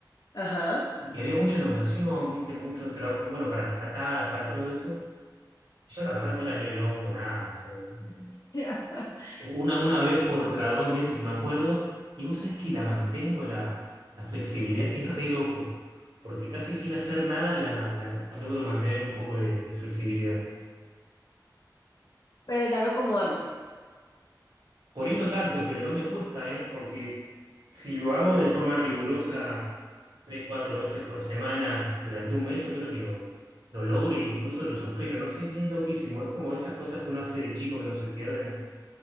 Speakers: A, on the left; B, on the right.
A: Ajá.
B: y había mucha elongación, viste, mucho trabajo, bueno, para las patadas, para todo eso. Yo la verdad que ahora no elongo nada, no sé, eh,
A: <laughs>
B: una, una vez por cada dos meses si me acuerdo, y vos sabés que la mantengo la, la flexibilidad, es re loco, porque casi sin hacer nada la, la- logro mantener un poco de, de flexibilidad.
A: Pero ya no como antes.
B: Por ahí no tanto, pero no me cuesta, ¿eh? Porque si lo hago de forma rigurosa tres, cuatro veces por semana durante un mes, yo creo que lo, lo logro e incluso lo supero. No sé, es loquísimo. Es como esas cosas que uno hace de chico que no se pierden.